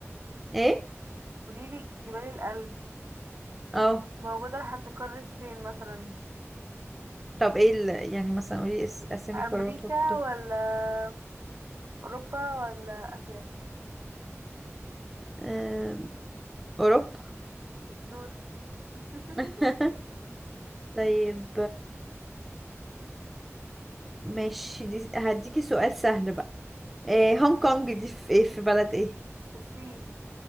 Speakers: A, in the centre; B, on the right.
A: ايه
B: قوليلي جبال الألب
A: اه
B: موجودة لحد قارة فين مثلا
A: طب ايه ال... يعني مثلا قولي اس- اسامي
B: أمريكا
A: قارات واكتر
B: ولا أوروبا ولا آسيا
A: أم، اوروبا
B: دكتور <laughs>
A: <laughs> طيب ماشي دي هديكي سؤال سهل بقى إيه هونج كونج دي في إيه في بلد ايه
B: في الصين